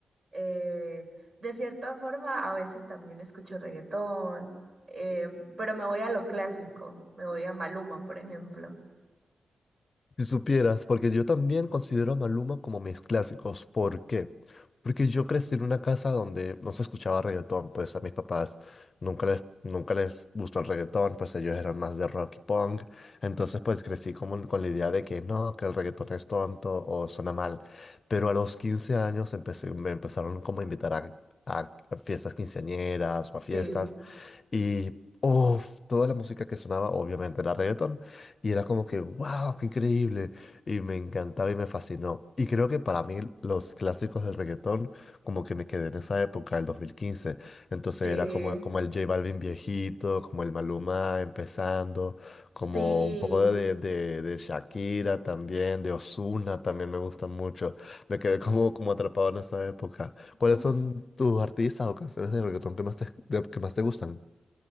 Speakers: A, on the right (about 50°); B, on the left (about 45°).
A: Eh, de cierta forma, a veces también escucho reggaetón, eh, pero me voy a lo clásico, me voy a Maluma, por ejemplo.
B: Si supieras, porque yo también considero a Maluma como mis clásicos. ¿Por qué? Porque yo crecí en una casa donde no se escuchaba reggaetón, pues a mis papás nunca les, nunca les gustó el reggaetón, pues ellos eran más de rock y punk. Entonces pues crecí como con la idea de que no, que el reggaetón es tonto o suena mal. Pero a los 15 años empecé, me empezaron como a invitar a, a fiestas quinceañeras o a fiestas
A: Sí,
B: y... Uf, toda la música que sonaba obviamente era reggaetón. Y era como que, wow, qué increíble. Y me encantaba y me fascinó. Y creo que para mí los clásicos del reggaetón, como que me quedé en esa época, el 2015. Entonces
A: sí,
B: era como, como el J Balvin viejito, como el Maluma empezando,
A: sí.
B: como un poco de, de, de Shakira también, de Ozuna también me gusta mucho. Me quedé como, como atrapado en esa época. ¿Cuáles
A: Mm.
B: son tus artistas o canciones de reggaetón que más te, que más te gustan?